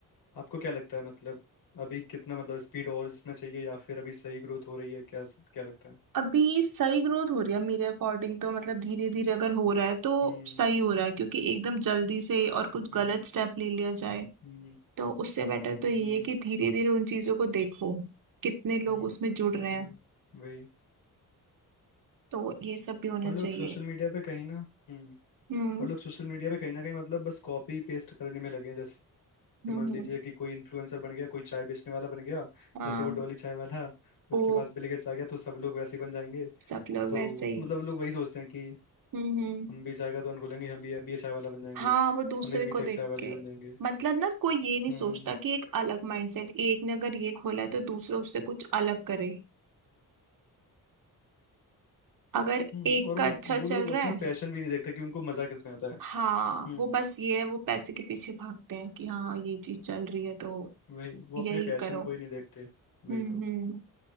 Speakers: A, on the left; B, on the right.
A: आपको क्या लगता है मतलब अभी कितना मतलब स्पीड और इसमें चाहिए या फिर अभी सही ग्रोथ हो रही है क्या क्या लगता है
B: अभी सही ग्रोथ हो रही है मेरे अकॉर्डिंग तो मतलब धीरे धीरे अगर हो रहा है तो
A: हम्म
B: सही हो रहा है क्योंकि एकदम जल्दी से और कुछ
A: हम्म
B: गलत स्टेप ले लिया जाए
A: हम्म
B: तो उससे बेटर तो
A: हम्म
B: ये है कि धीरे धीरे उन चीजों को देखो कितने लोग
A: हम्म
B: उसमें जुड़
A: हम्म,
B: रहे हैं
A: वही
B: तो ये सब भी होना
A: और लोग
B: चाहिए
A: सोशल मीडिया पे कहीं ना हम्म
B: हम्म
A: और लोग सोशल मीडिया पे कहीं ना कहीं मतलब बस कॉपी पेस्ट करने में लगे हैं जैसे
B: हम्म
A: मान लीजिए
B: हम्म,
A: कि कोई इन्फ्लुएंसर बन गया कोई चाय बेचने वाला बन गया
B: हाँ
A: जैसे वो डॉली चाय वाला उसके
B: ओ
A: पास बिल गेट्स आ गया तो सब लोग वैसे ही बन जाएंगे
B: सब लोग
A: तो
B: वैसे ही
A: मतलब लोग वही सोचते हैं कि
B: हम्म हम्म
A: हम भी चाय का दुकान खोलेंगे हम भी हम भी ये चाय वाला बन जाएंगे
B: हाँ वो दूसरे
A: हम भी
B: को
A: बीटेक
B: देख
A: चाय वाली
B: के
A: बन जाएंगे
B: मतलब ना कोई ये नहीं
A: हम्म
B: सोचता कि एक अलग माइंडसेट एक ने अगर ये खोला है तो दूसरा उससे कुछ अलग करे अगर
A: हम्म
B: एक
A: और वो
B: का अच्छा
A: वो
B: चल
A: लोग अपना
B: रहा है
A: पैशन भी नहीं देखते कि उनको मजा किस में आता है
B: हाँ
A: हम्म
B: वो बस ये है वो पैसे के पीछे भागते हैं कि हाँ ये चीज चल रही है तो
A: वही वो
B: यही
A: अपने पैशन
B: करो
A: को ही नहीं देखते वही
B: हम्म
A: तो
B: हम्म